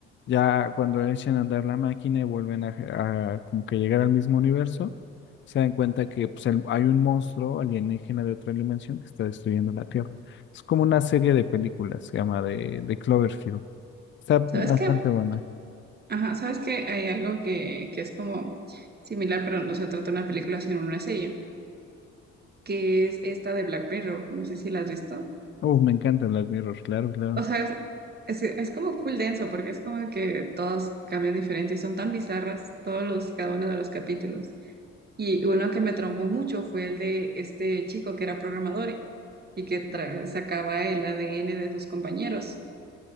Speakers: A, on the left; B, on the right.
A: ya cuando echan a andar la máquina y vuelven a, a como que llegar al mismo universo, se dan cuenta que pues, el- hay un monstruo alienígena de otra dimensión que está destruyendo la Tierra. Es como una serie de películas, se llama de, de Cloverfield. Está bastante
B: ¿Sabes qué?
A: buena.
B: Ajá, ¿sabes qué? Hay algo que, que es como similar, pero no se trata de una película, sino una serie, que es esta de Black Mirror. No sé si la has visto.
A: Uh, me encanta Black Mirror, claro, claro.
B: O sea, es, es como full denso porque es como que todos cambian diferente y son tan bizarras todos los, cada uno de los capítulos. Y uno que me traumó mucho fue el de este chico que era programador y que tra- sacaba el ADN de sus compañeros